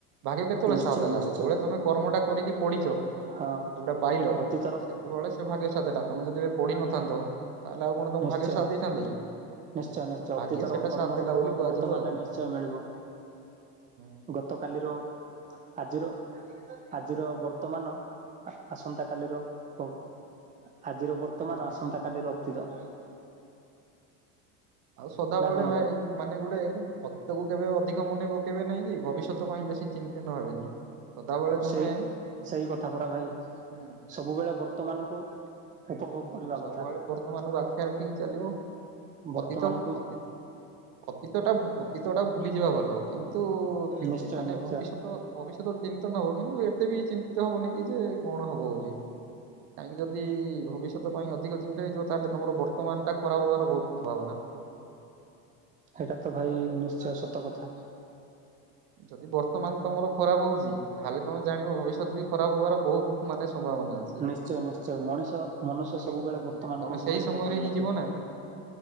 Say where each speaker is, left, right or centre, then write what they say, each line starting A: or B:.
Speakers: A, on the right (about 55°); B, on the right (about 20°).
A: ଭାଗ୍ୟ କେତେବେଳେ
B: ନିଶ୍ଚୟ
A: ସାଥ ଦେଲା?
B: ନିଶ୍ଚୟ
A: ଯେତେବେଳେ ତମେ କର୍ମଟା କରିକି ପଢ଼ିଛ।
B: ହଁ।
A: ଯୋଉଟା ପାଇଲ,
B: ଅତୀତର
A: ସେତେବେଳେ ସେ ସେ ଭାଗ୍ୟସାଥ ଦେଲା, ତମେ ଯଦି ଏବେ ପଢିନଥାନ୍ତ! ତାହେଲେ ଆଉ କଣ ତମକୁ
B: ନିଶ୍ଚୟ।
A: ଭାଗ୍ୟସାଥ୍ ଦେଇଥାନ୍ତି କି? ହୁଁ,
B: ନିଶ୍ଚୟ, ନିଶ୍ଚୟ।
A: ଭାଗ୍ୟ
B: ଅତୀତର
A: ସେଟା
B: କର୍ମର
A: ସାଥ ଦେଲା
B: ଫଳ
A: ବୋଲି କୁହାଯିବ
B: ବର୍ତ୍ତମାନଟେ
A: ଆଉ।
B: ନିଶ୍ଚୟ ମିଳିବ।
A: ହୁଁ।
B: ଗତ କାଲିର ଆଜିର ଆଜିର ବର୍ତ୍ତମାନ, ଆସନ୍ତା କାଲିର ପ ଆଜିର ବର୍ତ୍ତମାନ,
A: ନାଇଁ
B: ଆସନ୍ତା
A: ଠିକ ଠିକ।
B: କାଲିର ଅତୀତ।
A: ଆଉ ସଦାବେଳେ
B: ନା କଣ
A: ଭାଇ ମାନେ ଗୁଟେ, ଅତୀତକୁ କେବେ ଅଧିକ ମନେପକେ କେବେ ନାଇଁ କି ଭବିଷ୍ୟତ ପାଇଁ ବେଶୀ ଚିନ୍ତିନ ହେବେନି। ସଦାବେଳେ ତମେ
B: ସେଇ ସେଇ କଥା ପରା ଭାଇ।
A: ହୁଁ
B: ସବୁବେଳେ ବର୍ତ୍ତମାନକୁ ଉପଭୋଗ
A: ହୁଁ
B: କରିବା
A: ସବୁଆଳେ
B: କଥା
A: ବର୍ତ୍ତମାନଙ୍କୁ ଆଖିଆ ରଖିକି ଚାଲିବ
B: ବର୍ତ୍ତମାନକୁ
A: ଅତୀତ ଅତି ଅତୀତ ଟା ଅତୀତ ଟା ଭୁଲିଯିବା ଭଲ କିନ୍ତୁ
B: ନିଶ୍ଚୟ
A: ମାନେ
B: ନିଶ୍ଚୟ
A: ଭବିଷ୍ୟତ ଭବିଷ୍ୟତ ଚିନ୍ତନ ହବ କିନ୍ତୁ ଏତେ ବି ଚିନ୍ତିତ ହବନି କି ଯେ କଣ ହବ ବୋଲି। କାହିଁକି ଯଦି ଭବିଷ୍ୟତ ପାଇଁ ଅଧିକ ଚିନ୍ତା ହେଇଯିବ। ତାହେଲେ ତମର ବର୍ତ୍ତମାନ ଟା ଖରାପ ହବାର ବହୁତ ସମ୍ଭାବନା।
B: ହେଇଟା ତ ଭାଇ, ନିଶ୍ଚୟ ସତ କଥା।
A: ଯଦି ବର୍ତ୍ତମାନ ତମର ଖରାପ ହଉଛି ତାହେଲେ ତମେ ଜାଣିବ ଭବିଷ୍ୟତ ବି ଖରାପ ହବାର ବହୁତ ମାନେ ସମ୍ଭାବନା ଅଛି।
B: ନିଶ୍ଚୟ, ନିଶ୍ଚୟ ମଣିଷ ମନୁଷ୍ୟ
A: କାହିଁକି
B: ସବୁବେଳେ
A: ତମେ ହୁଁ,
B: ବର୍ତ୍ତମାନକୁ
A: ତମେ
B: ଅବହେଳିତ
A: ସେଇ ସମୟରେ
B: କରିଅଛି।
A: ହିଁ ଯିବ ନା ହୁଁ